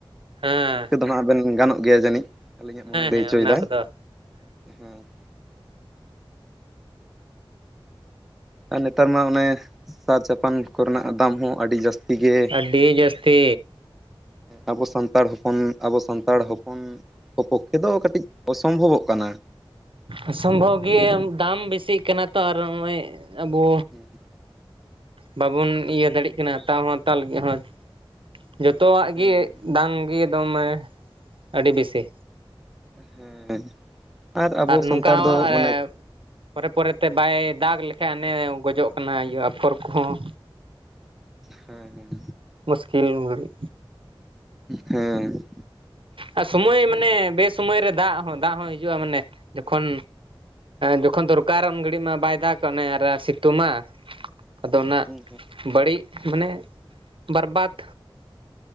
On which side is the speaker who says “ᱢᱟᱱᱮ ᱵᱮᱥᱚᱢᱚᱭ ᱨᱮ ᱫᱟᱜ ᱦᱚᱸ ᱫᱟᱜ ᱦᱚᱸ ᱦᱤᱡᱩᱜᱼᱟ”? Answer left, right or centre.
Right